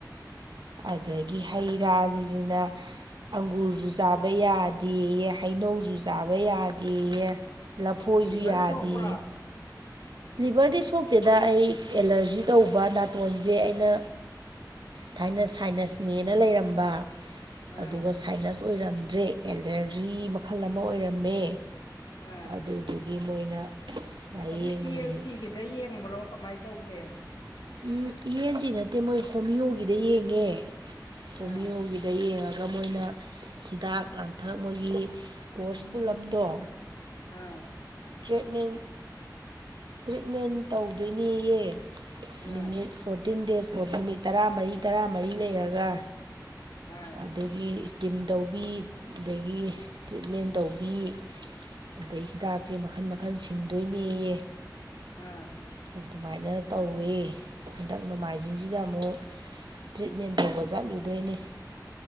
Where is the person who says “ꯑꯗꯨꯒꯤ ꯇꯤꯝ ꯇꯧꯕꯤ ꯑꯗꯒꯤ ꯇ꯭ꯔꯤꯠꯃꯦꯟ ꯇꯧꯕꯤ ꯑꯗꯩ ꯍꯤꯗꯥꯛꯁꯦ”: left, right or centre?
Right